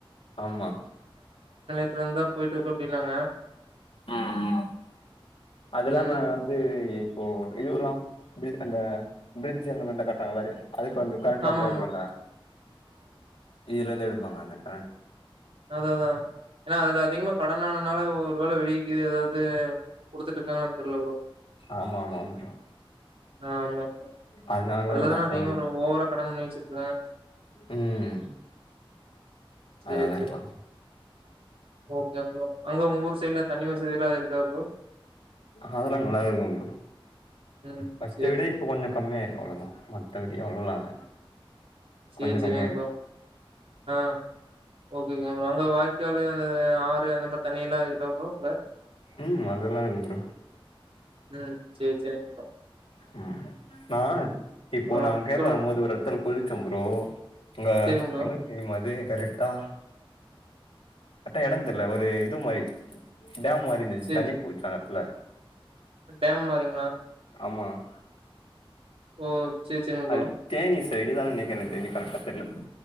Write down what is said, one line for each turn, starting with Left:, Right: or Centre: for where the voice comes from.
Left: ஆமா ஆமா
Right: அதுல இருந்து தான் போயிட்டு இருக்கு அப்படின்னாங்க
Left: இம் இம் அதுஇல்லாம
Right: ம்
Left: வந்து இப்போ இதுல்லாம் அந்த பிரிட்ஜ் அந்த மாதிரிலாம் காட்ராங்கள அதுக்கொஞ்சம் கரண்ட் எல்லாம்
Right: ஆமா
Left: தேவபடும்ங்க
Right: ஆமா
Left: இதுலேயிருந்து எடு பங்கான <unintelligible>
Right: அத அதான் ஏன்னா அதுல அதிகமா கடன்னான னால ஒரு ஒருவேளை வெளியே கிளியே ஏதாவது கொடுத்துட்டு இருக்காங்களா தெரியல ப்ரோ
Left: ஆமா ஆமா ப்ரோ
Right: ஆஹ் ஆமா
Left: அதனாலயே
Right: அதுலதான்
Left: இருக்கலா
Right: அதிகமா
Left: சொல்ல மு
Right: ஓவரா கடன் வெச்சிருக்காங்க
Left: ம்
Right: சேரி
Left: அதனால
Right: சேரி
Left: இருக்கலா
Right: ஓகே ஓகே அங்க உங்க ஊர் சைட்லே தண்ணி வசதி எல்லா இருக்கா ப்ரோ
Left: அதெல்லாம் நல்லாவே இருக்குங்க ப்ரோ
Right: ம்
Left: ஃபர்ஸ்ட
Right: சேரி
Left: விட
Right: சேரி
Left: இப்ப கொஞ்சம் கம்மியாயிருக்கு அவ்வளவுதான் மத்த படி அவ்வளவுஎல்லாம் இல்ல
Right: சேர்
Left: கொஞ்சோ
Right: செரிங்க
Left: கம்மியா
Right: நண்பா
Left: இருக்கு
Right: ஆஹ் ஓகேங்க ப்ரோ அங்க வாய்க்கால் அந்த ஆறு அந்த மாதிரி தண்ணி எல்லாம் இருக்கா ப்ரோ அங்க
Left: உம் அது எல்லாம் இருக்குங்க புரோ
Right: உம் சேரி சேரிங்கப்பா
Left: உம் ஆஹ இப்போ
Right: அப்புறம்
Left: நாங்க கேரளா
Right: சொல்லுங்க.
Left: மாதிரி ஒரு இடத்துல குளிச்சம் ப்ரோ உங்க
Right: சரிங்க ப்ரோ.
Left: எங்கத்தி மது கரெக்டா கரெட்டா இடம் தெரியல ஒரு இது மாரி டேம் மாரி இருந்துச்சு
Right: சரி,
Left: தண்ணி
Right: சரி.
Left: போச்சு அந்த இடத்துல
Right: டேம் மாரிங்களா
Left: ஆமா <unintelligible>
Right: ஓ சரி, சரிங்க
Left: அது
Right: ப்ரோ.
Left: தேனிஸ் சைடு தான் நெனைக்கிறே எனக்கு தெரிஞ்சு கரெக்டா தெர்ல